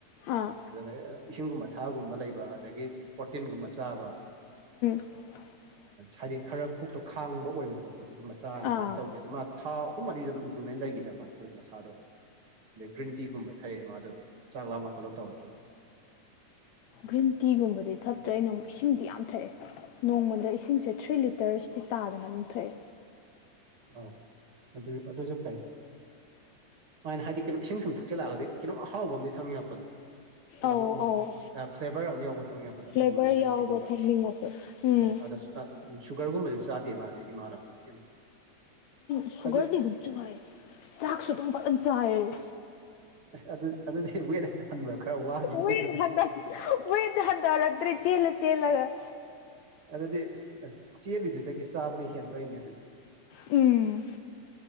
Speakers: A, on the left (about 75°); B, on the right (about 45°).
A: ꯑꯥ
B: ꯑꯗꯨꯒ ꯏꯁꯤꯡꯒꯨꯝꯕ ꯊꯥꯒꯨꯝꯕ ꯂꯩꯕ ꯑꯗꯒꯤ ꯄ꯭ꯔꯇꯤꯟꯒꯨꯝꯕ ꯆꯥꯕ
A: <unintelligible>
B: ꯍꯥꯏꯗꯤ ꯈꯔ ꯄꯨꯛꯇꯣ ꯈꯥꯡꯕ ꯑꯣꯏꯕ ꯄꯣꯠꯇꯣ ꯑꯗꯨ ꯃꯆꯥ
A: ꯑꯥ
B: ꯑꯗꯨꯃꯥꯏꯅ ꯇꯧꯈꯤ ꯑꯗꯨ ꯃꯥ ꯊꯥ ꯑꯍꯨꯝ ꯃꯔꯤꯗ ꯑꯗꯨꯝ ꯏꯝꯄ꯭ꯔꯨꯚꯃꯦꯟ ꯂꯩꯈꯤꯗ ꯑꯗꯨ ꯃꯆꯥꯥꯗꯣ ꯑꯗ ꯒ꯭ꯔꯤꯟ ꯇꯤꯒꯨꯝꯕ ꯊꯛꯑꯌꯦ ꯃꯥꯗꯣ ꯆꯥꯛ ꯂꯥꯝꯃꯛ ꯈꯣꯠꯂꯛ ꯇꯧꯔꯁꯨ ꯑꯗꯨꯝ
A: ꯒ꯭ꯔꯤꯟ ꯇꯤꯒꯨꯝꯕꯗꯤ ꯊꯛꯇ꯭ꯔꯦ ꯑꯩꯅꯥꯃꯨꯛ ꯏꯁꯤꯡꯗꯤ ꯌꯥꯝ ꯊꯛꯑꯦ ꯅꯣꯡꯃꯗ ꯏꯁꯤꯡꯁꯦ ꯊ꯭ꯔꯤ ꯂꯤꯇꯔꯁ ꯇꯤ ꯇꯥꯗꯅ ꯑꯗꯨꯝ ꯊꯣꯛꯑꯦ
B: ꯑꯧ ꯑꯗꯨ ꯑꯗꯨꯁꯨ ꯐꯩ ꯁꯃꯥꯏꯅ ꯍꯥꯏꯗꯤ ꯀꯩꯅꯣ ꯏꯁꯤꯡꯁꯨꯝ ꯊꯛꯆꯜꯂꯛꯑꯒꯗꯤ ꯀꯩꯅꯣꯝ ꯑꯍꯥꯎꯕ ꯑꯃꯗꯤ ꯊꯅꯤꯡꯉꯛꯄꯗꯣ ꯀꯩꯅꯣꯃ
A: ꯑꯧ ꯑꯧ
B: ꯐ꯭ꯂꯦꯕꯔ ꯑꯃ ꯌꯥꯎꯕ ꯊꯝꯅꯤꯡꯉꯛꯄꯗꯣ ꯑꯗꯨꯒꯤ
A: ꯐ꯭ꯂꯦꯕꯔ
B: ꯃꯥꯅ ꯒ꯭ꯔꯤꯟꯇꯤꯒꯨꯝꯕ
A: ꯌꯥꯎꯕ ꯊꯛꯅꯤꯡꯉꯁꯨ ꯎꯝ
B: ꯑ ꯑꯗ ꯎꯝ ꯁꯨꯒꯔꯒꯨꯝꯕꯗꯤ ꯆꯥꯗꯦ ꯃꯥꯗꯤ ꯏꯃꯥ ꯂꯄꯗꯤ ꯀꯩꯅꯣ
A: ꯁꯨꯒꯔꯅꯤ
B: ꯑꯗꯨꯗꯤ
A: ꯑꯗꯨꯝ ꯆꯥꯏ ꯆꯥꯛꯁꯨ ꯑꯗꯨꯝ ꯐꯖꯅ ꯆꯥꯏ
B: ꯑ ꯑꯗꯨ ꯑꯗꯨꯗꯤ ꯋꯦꯠ ꯍꯟꯕ ꯈꯔ ꯋꯥꯈꯤꯅꯤ
A: ꯋꯦꯠ
B: ꯑꯗꯨꯗꯤ
A: ꯍꯟꯗ ꯋꯦꯠ ꯍꯟꯗꯔꯛꯇꯔ꯭ꯦ ꯆꯦꯂ ꯆꯦꯜꯂꯒ
B: ꯑꯗꯨꯗꯤ ꯆꯦꯜꯂꯤꯗꯨꯗꯒꯤ ꯆꯥꯕꯅ ꯍꯦꯟ ꯇꯧꯔꯤꯅꯦ ꯑꯗꯨꯗꯤ
A: ꯎꯝ